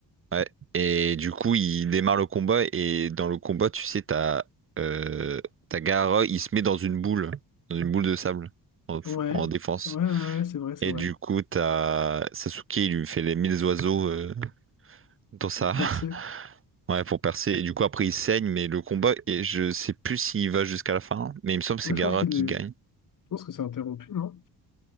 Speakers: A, on the right (about 30°); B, on the left (about 50°).
A: Ouais. Et du coup, il démarre le combat. Et dans le combat, tu sais, t'as euh... t'as Gaara, il se met dans une boule. Dans une boule de sable. En,
B: Ouais,
A: en défense.
B: ouais, ouais, ouais, ouais, c'est vrai, c'est
A: Et
B: vrai.
A: du coup, t'as Sasuke, il lui fait les mille oiseaux. euh, dans sa...
B: Pour percer.
A: <laughs> Ouais, pour percer. Et du coup, après, il saigne, mais le combat, et je sais plus s'il va jusqu'à la fin, mais il me semble que
B: Moi,
A: c'est Gara
B: je pense qu'il
A: qui
B: est...
A: gagne.
B: Je pense que c'est interrompu, non?